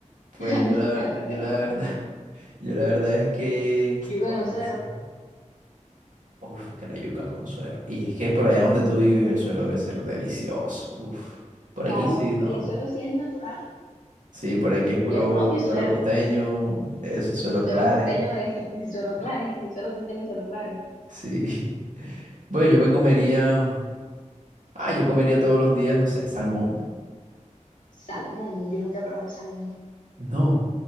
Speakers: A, on the right (about 80°); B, on the left (about 85°).
A: Pues
B: <laughs> carne,
A: yo la,
B: carne,
A: yo
B: carne.
A: la verdad, <laughs> yo la verdad es que,
B: Yuca
A: bueno,
B: en el suero,
A: sí. uf, es que la yuca con suero. Y es que por allá donde tú vives el suero debe ser delicioso. Uf, por
B: Claro,
A: aquí sí,
B: aquí
A: no.
B: sí el suero sí es natural
A: Sí, por aquí es puro
B: y el propio
A: suero
B: suero,
A: costeño, de ese suero
B: suero
A: Claret.
B: costeño de <laughs> el suero Claret, el suero costeño de suero Claret.
A: Sí. <laughs> Bueno, yo me comería, ah, yo comería todos los días, no sé, salmón.
B: Salmón, yo nunca he probado el salmón.
A: No.